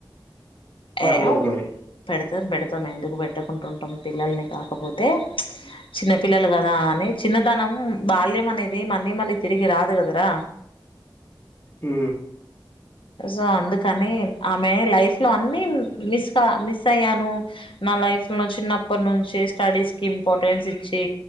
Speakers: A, on the left (about 25°); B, on the left (about 85°).
A: బాగోదు
B: ఏవ్
A: మరి
B: పెడతాం పెడతాం ఎందుకు పెట్టకుంటుంటాం పిల్లల్ని కాకపోతే చిన్న పిల్లలు కదా అని చిన్నతనం బాల్యం అనేది మళ్ళీ మళ్ళీ తిరిగి రాదు కదరా
A: ఆ
B: సో అందుకని ఆమె లైఫ్ లో అన్ని మిస్ క మిస్ అయ్యాను నా లైఫ్ లైఫ్ లో చిన్నప్పటి నుంచి స్టడీస్ కి ఇంపార్టెన్స్ ఇచ్చి